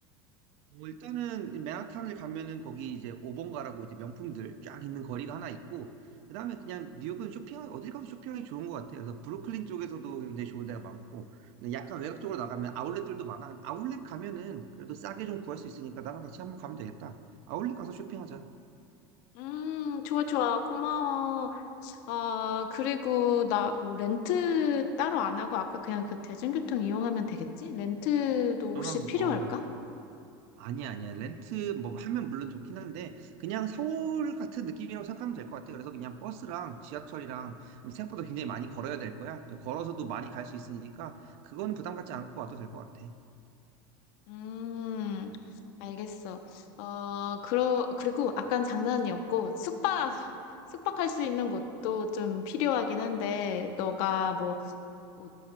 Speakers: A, on the right; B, on the left.
A: 뭐 일단은 맨하탄을 가면은 거기 이제 오번가라고 이제 명품들 쫙 있는 거리가 하나 있고 그다음에 그냥 뉴욕은 쇼핑하기 어딜 가도 쇼핑하기 좋은 것 같아요. 그래서 브루클린 쪽에서도 굉장히 좋은 데가 많고 근데 약간 외곽 쪽으로 나가면 아울렛들도 많아. 아울렛 가면은 그래도 싸게 좀 구할 수 있으니까 나랑 같이 한번 가면 되겠다. 아울렛 가서 쇼핑하자.
B: 음, 좋아, 좋아. 고마워. 아, 그리고 나 뭐 렌트 따로 안 하고 아까 그냥 그 대중교통 이용하면 되겠지? 렌트도 혹시
A: 아,
B: 필요할까?
A: 어. 아니야, 아니야. 렌트 뭐 하면 물론 좋긴 한데 그냥 서울 같은 느낌이라고 생각하면 될 것 같아. 그래서 그냥 버스랑 지하철이랑 생각보다 굉장히 많이 걸어야 될 거야. 걸어서도 많이 갈 수 있으니까 그거는 부담 갖지 않고 와도 될 것 같아.
B: 음, 알겠어. 어, 그러, 그리고 아깐 장난이었고, 숙박, <laughs> 숙박할 수 있는 곳도 좀 필요하긴 한데, 너가 뭐, 뭐,